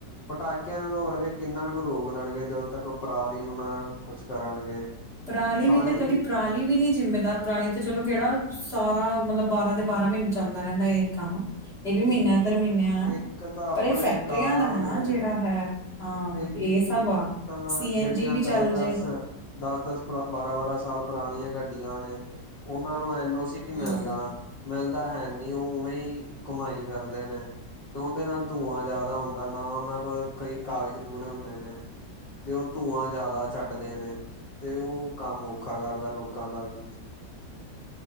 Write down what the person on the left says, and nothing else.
ਪਟਾਕਿਆਂ ਨਾਲੋਂ ਅਲੇ ਕਿੰਨਾ ਕੁ ਰੋਕ ਲੈਣਗੇ ਜਦੋਂ ਤੱਕ ਪਰਾਲੀ ਨੂੰ ਨਾ ਕੁਛ ਕਰਨਗੇ
ਤਾਂ
ਹੀ
ਇੱਕ ਤਾਂ ਆਪਣੇ
ਕਾਰਾਂ
ਵੀ
ਨੇ
ਇੱਕ
ਇੱਕ
ਤਾਂ
ਜਿਹੜੀਆਂ
ਦਸ-ਦਸ
ਦਸ-ਦਸ, ਬਾਰਾਂ-ਬਾਰਾਂ ਸਾਲ, ਪੁਰਾਣੀਆਂ ਗੱਡੀਆਂ ਨੇ ਉਹਨਾਂ ਨੂੰ ਐਨ ਓ ਸੀ ਨੀ
ਮਿਲਦਾ, ਮਿਲਦਾ ਹੈ ਨੀ ਉਹ ਉਵੇਂ ਘੁਮਾਈ ਫਿਰਦੇ ਨੇ। ਤੇ ਉਹਦੇ ਨਾਲ ਧੂੰਆਂ ਜ਼ਿਆਦਾ ਹੁੰਦਾ ਨਾ ਉਹਨਾਂ ਕੋਲ ਕਈ ਕਾਗਜ਼ ਪੂਰੇ ਹੁੰਦੇ ਨੇ, ਤੇ ਉਹ ਧੂੰਆਂ ਜ਼ਿਆਦਾ ਛੱਡਦੇ ਨੇ ਤੇ ਉਹ ਕੰਮ ਔਖਾ ਕਰਦਾ ਲੋਕਾਂ ਦਾ ਵੀ।